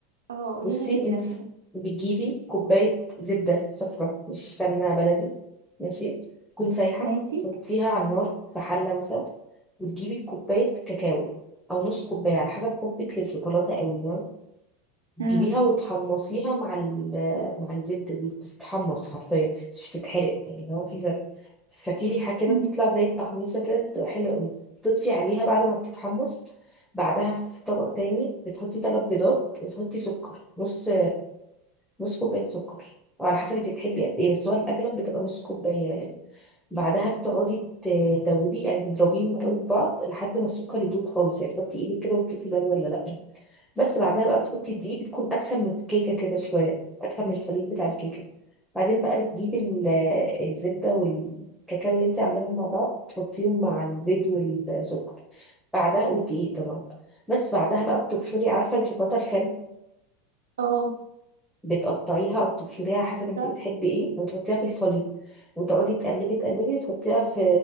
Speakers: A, on the right (about 80°); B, in the centre.
A: اه قولي
B: بصي
A: لي جدا
B: انت
A: يعني
B: بتجيبي كوباية زبدة صفرا مش سمنة بلدي ماشي تكون سايحة
A: ماشي
B: تحطيها على النار في حلة مثلا وتجيبي كوباية كاكاو أو نص كوباية على حسب حبك للشوكولاتة قوي تجيبيها
A: امم
B: وتحمصيها مع ال مع الزبدة دي بس تحمص حرفيا بس مش تتحرق يعني هو في فرق ففي ريحة كده
A: أمم.
B: بتطلع زي التحميصة كده بتبقى حلوة قوي تطفي عليها بعد ما بتتحمص بعدها في طبق تاني بتحطي تلات بيضات وتحطي سكر نص نص كوباية سكر أو على حسب انت بتحبي قد ايه بس هو الأغلب بتبقى نص كوباية يعني بعدها بتقعدي تدوبي يعني تضربيهم قوي في بعض لحد ما السكر يدوب خالص يعني تحطي ايدك كده وتشوفي ده ولا لأ بس بعدها بقى بتحطي الدقيق بتكون اتخن من الكيكه كده شويه اتخن من الخليط بتاع الكيكه بعدين بقى بتجيبي ال- آه، الزبده والكاكاو اللي انت عاملاهم مع بعض بتحطيهم مع البيض والسكر بعدها والدقيق طبعا بس بعدها بقى بتبشري عارفه الشوكولاته الخام
A: اه
B: بتقطعيها او بتبشريها حسب
A: درجة-
B: انت بتحبي ايه وتحطيها في الخليط وتقعدي تقلبي تقلبي تحطيها في